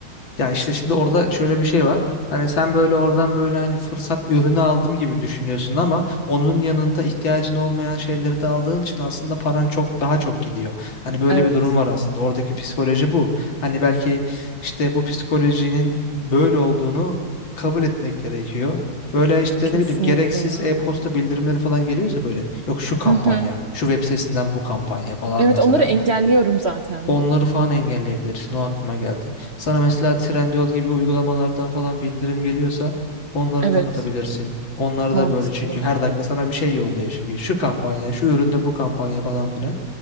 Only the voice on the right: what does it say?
Evet.
Kesinlikle
ya.
Hı hı.
Evet
onları engelliyorum zaten.
Evet.
Mantıklı.